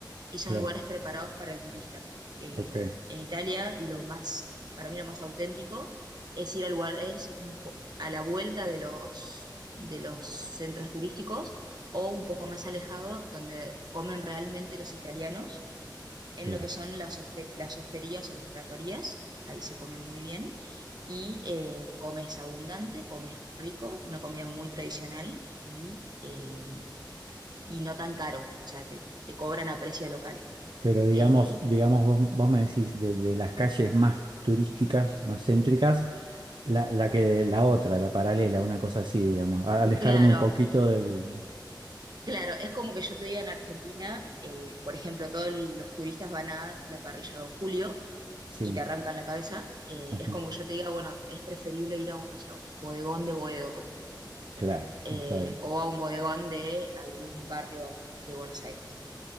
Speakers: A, on the right (about 60°); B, on the right (about 80°).
A: y son
B: claro,
A: lugares preparados para el turista. Eh,
B: ok,
A: en Italia, lo más, para mí lo más auténtico es ir a lugares un po- a la vuelta de los, de los centros turísticos o un poco más alejado, donde comen realmente los italianos en
B: claro.
A: lo que son las, hoste- las hosterías o las tratorías, ahí se come muy bien, y eh, comes abundante, comes rico, una comida muy tradicional y, eh, y no tan caro, o sea, te, te cobran a precio local.
B: Pero digamos,
A: Eh,
B: digamos vos, vos me decís de, de las calles más turísticas, más céntricas, la, la que la otra, la paralela, una cosa así, digamos, a- alejarme
A: Claro,
B: un poquito del...
A: claro, es como que yo te diga en Argentina, eh, por ejemplo, todos los turistas van a la parrilla Don Julio
B: Sí,
A: y te arrancan la cabeza. eh,
B: ajá,
A: es como que yo te diga, bueno, es preferible ir a un, no sé, a un bodegón de Boedo, por ejemplo,
B: claro,
A: eh,
B: está bien.
A: o a un bodegón de algún barrio de Buenos Aires.